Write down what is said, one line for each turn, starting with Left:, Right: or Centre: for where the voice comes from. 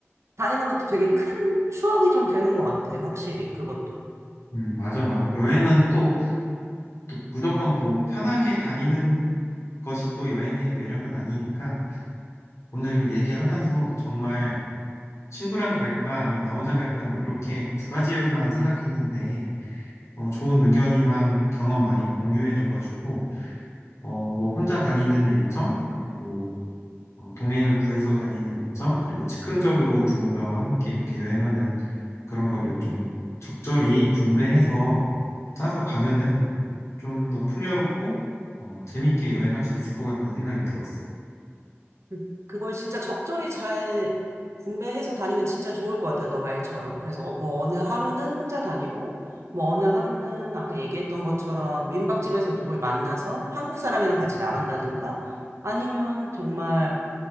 Right: 다니는 것도 되게 큰 추억이 좀 되는 것 같아, 확실히, 그것도.
Left: 음, 맞아, 맞아. 여행은 또, 또 무조건 뭐 편하게 다니는 것이 또 여행의 매력은 아니니까 오늘 얘기하면서 정말 친구랑 갈까 아니면 나 혼자 갈까 뭐 이렇게 두 가지만 생각했는데 어, 좋은 의견이랑 경험 많이 공유해줘가지고 어, 뭐 혼자 다니는 일정, 그리고 어, 동행을 구해서 다니는 일정, 그리고 즉흥적으로 누군가와 함께 이렇게 여행하는 그런 거를 좀 적절히 분배해서 짜서 가면은 좀 더 풍요롭고 어, 재밌게 여행할 수 있을 것 같다는 생각이 들었어.
Right: 음. 그걸 진짜 적절히 잘 분배해서 다니면 진짜 좋을 것 같아, 너 말처럼. 그래서 어, 뭐 어느 하루는 혼자 다니고, 뭐 어느 하루는 아까 얘기했던 것처럼 민박집에서 누굴 만나서 한국 사람이랑 같이 나간다든가, 아니면 정말